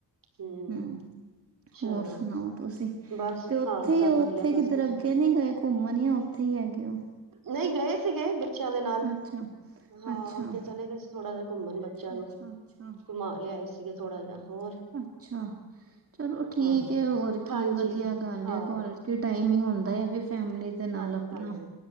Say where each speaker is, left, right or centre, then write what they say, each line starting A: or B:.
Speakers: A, on the right; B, on the right.
A: ਹਮ
B: -ਹੂੰ।
A: ਚਲੋ
B: ਹੋਰ ਸੁਣਾਓ ਤੁਸੀਂ
A: ਬਸ
B: ਤੇ ਉਥੇ
A: ਹਾਂ
B: ਹੀ
A: ਸਭ
B: ਉਥੇ
A: ਵਧੀਆ ਫਸਟ
B: ਕਿ ਦਰ
A: ਕਲਾਸ
B: ਅੱਗੇ ਨਹੀਂ ਗਏ ਘੁੰਮਣ ਹੀ ਆ ਉਥੇ ਹੀ ਹੈਗੇ ਏ ਉਹ
A: ਨਹੀਂ ਗਏ ਸੀਗੇ ਬੱਚੇ ਬੱਚਿਆਂ ਦੇ ਨਾਲ
B: ਅੱਛਾ,
A: ਹਾਂ
B: ਅੱਛਾ।
A: ਚਲੇ ਗਏ ਥੋੜ੍ਹਾ ਜਿਹਾ ਘੁੰਮਣ ਬੱਚਿਆਂ ਨੂੰ
B: ਅੱਛਾ-ਅੱਛਾ।
A: ਘੁੰਮਾ ਲਿਆਏ ਸੀਗੇ ਥੋੜਾ ਜਿਹਾ ਹੋਰ
B: ਅੱਛਾ, ਅੱਛਾ ਚਲੋ ਠੀਕ
A: ਹਾਂ
B: ਹੋਰ ਕੀ
A: ਹਾਂਜੀ
B: ਵਧੀਆ
A: ਜੀ
B: ਗੱਲ
A: ਹਾਂ
B: ਹੈ ਕੁਆਲਟੀ ਕਿ ਟਾਈਮ ਹੀ ਹੁੰਦਾ ਹੈ ਵੀ ਫੈਮਿਲੀ ਦੇ ਨਾਲ
A: ਹਾਂਜੀ
B: ਆਪਣਾ
A: ਹਾਂਜੀ